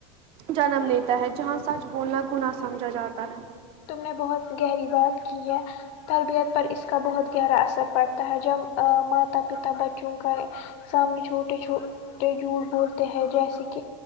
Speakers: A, on the right (about 35°); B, on the left (about 45°).
A: جنم لیتا ہے جہاں سچ بولنا گناہ سمجھا جاتا ہے
B: تم نے بہت گہری بات کی ہے تربیت پر اس کا بہت گہرا اثر پڑتا ہے جب ا ماتا پتا بچوں کا سامنے چھوٹے چھوٹے جھوٹ بولتے ہیں جیسے کہ